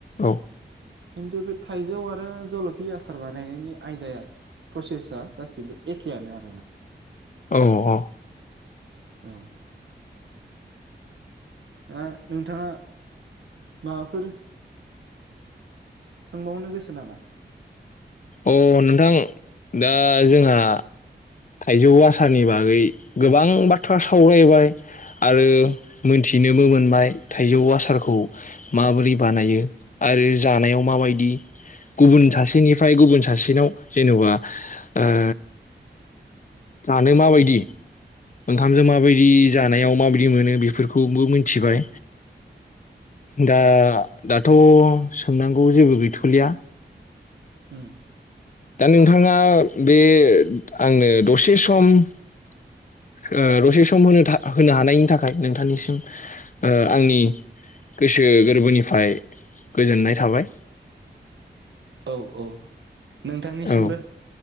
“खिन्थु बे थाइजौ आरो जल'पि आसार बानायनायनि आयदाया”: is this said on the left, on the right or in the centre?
Right